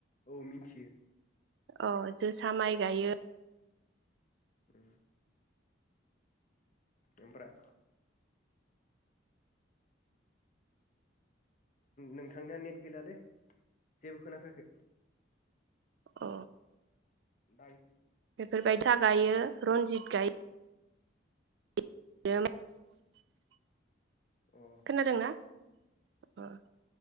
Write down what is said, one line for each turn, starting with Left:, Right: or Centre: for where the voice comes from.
Left: औ मिथियो
Right: अ जोसा माइ गायो
Left: उम ओमफ्राय नोंथांनिया नेट गैलालै जेबो खोनाफैयाखै
Right: अ
Left: दाय
Right: बेफोरबायसा गायो रनजित गाय <unintelligible>
Left: अ
Right: खोनादोंना अ